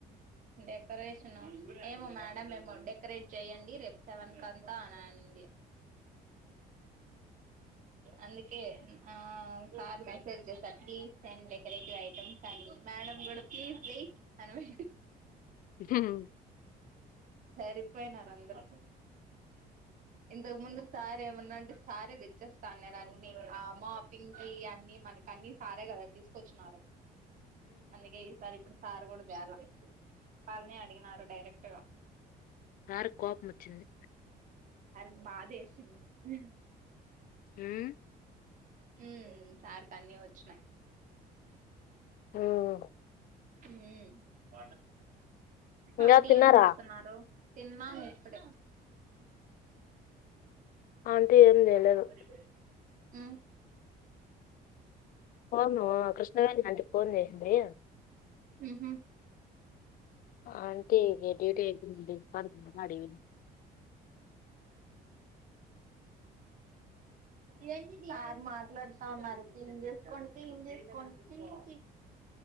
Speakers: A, on the right; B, on the left.
A: డెకరేషనో ఏమో మేడం మేమో డెకరేట్ చేయండి. రేప్ సెవెన్క్ అంతా అన్నన్ డియా అందుకే నా ఆ ఆమ్ సార్ మెసేజ్ జేసా ప్లీజ్ సెండ్ డెకరేటివ్ ఐటమ్స్ అని మేడం కూడా ప్లీజ్ వెయిట్ అన్ వెట్
B: హుహ్
A: సరిపోయినార్ అందరూ ఇంతక్ ముందు సారేమన్నాటు సారే దేచ్చేసన్నారు అన్ని ఆ మాపింగ్ కి అన్ని మనకి అన్ని సారే కదా తీసుకొచ్చిన్నారు. అందుకే ఈసారి ఇప్పుడు సారు గూడా దేలా వాళ్ళనే అడిగినారు డైరెటుగా
B: కారుక్ కోపం వచ్చింది.
A: ఆర్క్ బాదేసింది. ఉహ్
B: ఉహు
A: ఉమ్ సార్క్ అన్నీ వచ్చినాయ్.
B: ఓఓ
A: ఉమ్
B: ఇంకా
A: అంటీ
B: తిన్నారా
A: ఏం జేస్తున్నారు. తీన్మామ్ ఇప్పుడే
B: ఆంటీ ఏం చేయలేదు
A: ఉహ్
B: ఫోను కృష్ణవేణి ఆంటీ ఫోన్ చేసింది
A: హుహు్
B: ఆంటీకి డ్యూటీ అయిపోయింది డిస్పార్ట్మెంట్ అడిగింది.
A: ఏది సార్ మాట్లాడ్తావున్నారు క్లిన్ జెస్కోండి క్లిన్ జేస్కోండి క్లిన్